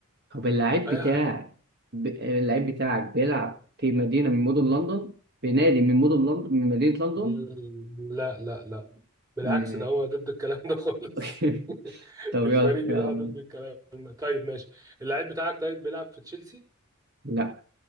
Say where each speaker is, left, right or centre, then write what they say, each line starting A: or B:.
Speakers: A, on the right; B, on the right.
A: طب اللاعب
B: ايوه
A: بتاعك ب... اللاعب بتاعك بيلعب في مدينة من مدن لندن في نادي من مدن لندن من مدينة لندن
B: مم، لا لا لا بالعكس
A: ماشي
B: ده هو ضد الكلام ده خالص
A: <laughs>
B: <laughs>
A: طب
B: الفريق
A: يلا يلا
B: بتاعه ضد الكلام ده طيب ماشي اللعيب بتاعك طيب بيلعب في تشيلسي
A: لا